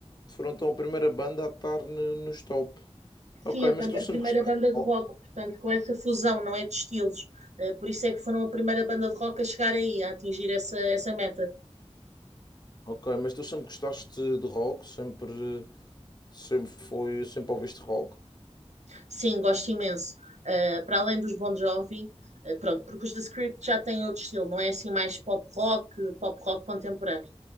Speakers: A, on the left; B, on the right.
A: foram então a primeira banda a estar no- nos top.
B: Sim,
A: Ok,
B: a, banda-
A: mas tu sempre
B: a primeira
A: gostaste
B: banda
A: de
B: de
A: rock.
B: rock, portanto, com essa fusão, não é de estilos. Eh, Por isso é que foram a primeira banda de rock a chegar aí, a atingir essa, essa meta.
A: Ok, mas tu sempre gostaste de rock, sempre, sempre foi, sempre ouviste rock.
B: Sim, gosto imenso. Uh, para além dos Bon Jovi, uh, pronto, porque os The Script já têm outro estilo, não é assim mais pop rock, pop rock contemporâneo.